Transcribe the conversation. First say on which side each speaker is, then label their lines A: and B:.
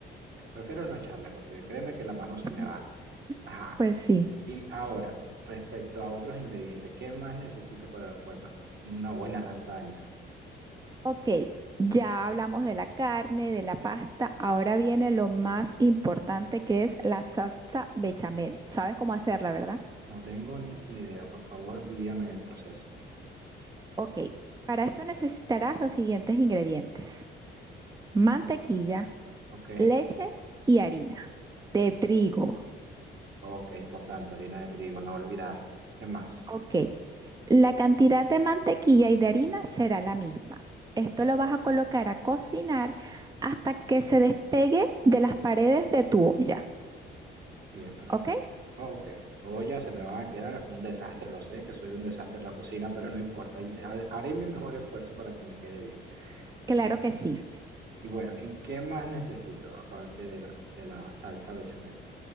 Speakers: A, on the right; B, on the right.
A: Eh, Prefiero no echarle porque créeme que la mano se
B: <laughs>
A: me va. Ajá.
B: Pues sí.
A: Y ahora, respecto a otros ingredientes, ¿qué más necesito para un buen pasti- una buena lasaña?
B: Ok, ya hablamos de la carne, de la pasta, ahora viene lo más importante que es la salsa bechamel. ¿Sabes cómo hacerla, verdad?
A: No tengo ni idea. Por favor, guíame en el proceso.
B: Ok, para esto necesitarás los siguientes ingredientes. Mantequilla,
A: Ok,
B: leche y harina de trigo.
A: ok, importante, harina de trigo, no olvidar. ¿Qué más?
B: Ok, la cantidad de mantequilla y de harina será la misma. Esto lo vas a colocar a cocinar hasta que se despegue de las paredes de tu olla.
A: Bien, perfecto.
B: ¿Ok?
A: Ok, ollas se me van a quedar un desastre, lo sé que soy un desastre en la cocina, pero no importa, inte- ha- haré mi mejor esfuerzo para que me quede bien.
B: Claro
A: Este,
B: que sí.
A: y bueno, ¿y qué más necesito aparte de la, de la salsa bechamel?